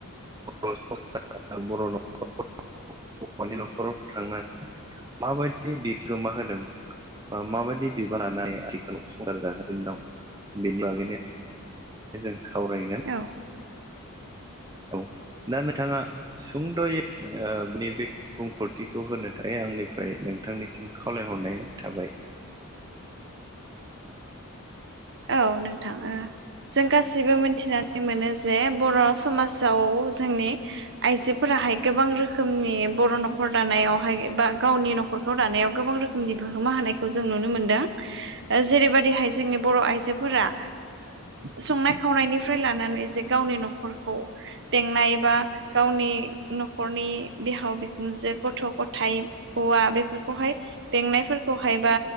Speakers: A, on the right; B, on the right.
A: बर'ख हौवानि न'खराव थांनानै माबायदि बिहोमा होदों माबायदि बिबानानो आथिखालाव संसार जागासिनो दं बेनि बैनो जों सावरायगोन
B: औ
A: औ दा नोंथाङा सुंद'यै बे बे बुंफोरथिखौ होनो थाखाय आंनिफ्राय नोंथांनिसिम खावलायहरनाय थाबाय
B: औ नोंथाङो जों गासिबो मिथिनानै मोनो जे बर' समाजाव जोंनि आइजोफोराहाय गोबां रोखोमनि बर' न'खर दानायावहाय बा गावनि न'खरखौ दानायाव गोबां रोखोम बिहोमा होनायखौ जों नुनो मोनदों जेरैबायदिहाय जोंनि बर आइजोफोरा संनाय खावनायनिफ्राय लानानै जे गावनि न'खरखौ बेंनाय बा गावनि न'खरनि बिहाव बिखुनजो गथ' गथायाइ हौवा बेफोरखौहाय बेंनायफोरखौहाय बा